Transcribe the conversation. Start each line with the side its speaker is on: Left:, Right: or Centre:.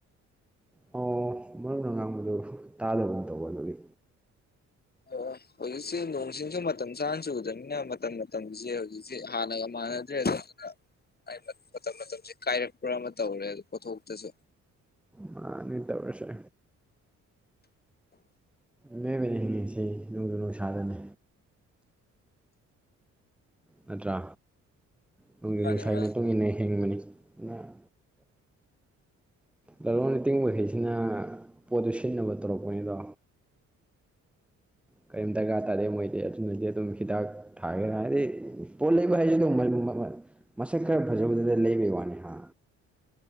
Centre: ꯑꯣ ꯃꯔꯨꯞꯅ ꯉꯥꯡꯕꯗꯨ ꯇꯥꯗꯕꯒꯨꯝ ꯇꯧꯕ ꯑꯗꯨꯒꯤ
Left: ꯑꯣ ꯍꯧꯖꯤꯛꯁꯦ ꯅꯣꯡ ꯆꯤꯡꯁꯨ ꯃꯇꯝ ꯆꯥꯅ ꯆꯨꯗꯝꯅꯤꯅ ꯃꯇꯝ ꯃꯇꯝꯒꯤꯁꯦ ꯍꯧꯖꯤꯛꯁꯦ ꯍꯥꯟꯅꯒ ꯃꯥꯟꯅꯗ꯭ꯔꯦꯗ ꯑꯗꯨꯅ ꯃꯥꯏ ꯃꯇꯝ ꯃꯇꯝꯁꯦ ꯀꯥꯏꯔꯛꯄ꯭ꯔꯥ ꯑꯃ ꯇꯧꯔꯦ ꯑꯗꯨ ꯄꯣꯊꯣꯛꯇꯁꯨ
Centre: ꯃꯥꯅꯤ ꯇꯧꯔꯤꯁꯦ ꯃꯤꯑꯣꯏꯕꯅ ꯍꯤꯡꯉꯤꯁꯦ ꯅꯣꯡꯖꯨ ꯅꯨꯡꯁꯥꯗꯅꯤ ꯅꯠꯇ꯭ꯔꯥ ꯅꯣꯡꯖꯨ
Left: ꯃꯥꯅꯤ
Centre: ꯅꯨꯡꯁꯥꯒꯤ
Left: ꯃꯥꯅꯤ
Centre: ꯃꯇꯨꯡ ꯏꯟꯅ ꯍꯤꯡꯕꯅꯤ ꯏꯃ <inaudible> ꯂꯂꯣꯟ ꯏꯇꯤꯡꯕꯈꯩꯁꯤꯅ ꯄꯣꯠꯇꯨ ꯁꯤꯠꯅꯕ ꯇꯧꯔꯛꯄꯅꯤꯗꯣ ꯀꯔꯤꯝ ꯗ꯭ꯔꯀꯥꯔ ꯇꯥꯗꯦ ꯃꯣꯏꯗꯤ ꯑꯗꯨꯅꯗꯤ ꯑꯗꯨꯝ ꯍꯤꯗꯥꯛ ꯊꯥꯒꯦꯔ ꯍꯥꯏꯗꯤ ꯄꯣꯠ ꯂꯩꯕ ꯍꯥꯏꯁꯤꯗꯕꯨ ꯃꯜ ꯃꯁꯛ ꯈꯔ ꯐꯖꯕꯗꯨꯗ ꯂꯩꯕꯩ ꯋꯥꯅꯤ ꯍꯥ